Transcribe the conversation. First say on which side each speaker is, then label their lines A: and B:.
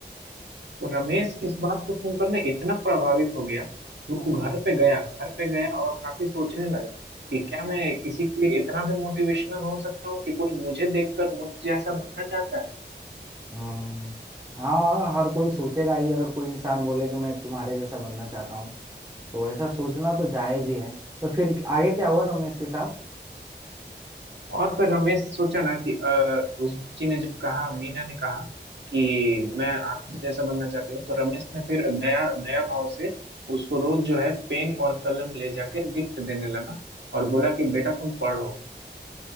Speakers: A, on the right (about 75°); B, on the right (about 20°).
A: तो रमेश इस बात को सुनकर ना इतना प्रभावित हो गया कि वो घर पे गया घर पे गया और काफी सोचने लगा कि क्या मैं किसी के लिए इतना भी मोटिवेशनल हो सकता हूँ कि कोई मुझे देखकर मुझ जैसा बनना चाहता है
B: हम्म हाँ हर कोई सोचेगा ही अगर कोई इंसान बोले कि मैं तुम्हारे जैसा बनना चाहता हूँ तो ऐसा सोचना तो जायज ही है तो फिर आगे क्या हुआ रमेश के साथ
A: और फिर रमेश सोचा ना कि अ, उस बच्ची ने जब कहा मीना ने कहा कि मैं आप जैसा बनना चाहती हूँ तो रमेश ने फिर दया दया भाव से उसको रोज जो है पेन और कलम ले जाकर गिफ्ट देने लगा और बोला कि बेटा तुम पढ़ो